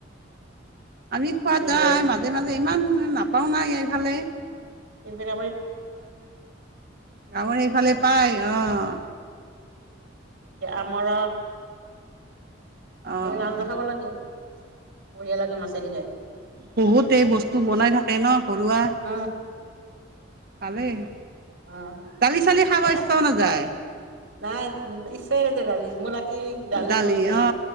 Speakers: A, on the right; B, on the right.
A: আমি খোৱা
B: বঢ়িয়া
A: যায় মাজে মাজে ইমান নাপাওঁ নাই ইফালে।
B: <unintelligible> সেই
A: গাঁৱৰ সেইফালে পায় অ'
B: আমাৰ
A: অ'
B: এইবোৰ আঞ্জা খাব লাগে বঢ়িয়া লাগে মাছেদি খাই।
A: বহুতে বস্তু বনাই থাকে ন ঘৰুৱা
B: উম
A: ভালেই।
B: অঁ
A: দালি চালি খাব
B: নাই
A: ইচ্ছাও নাযায়।
B: নাই ইচ্ছাই নাযায় দালি। <unintelligible>
A: দালি
B: খোৱাই নাই।
A: অ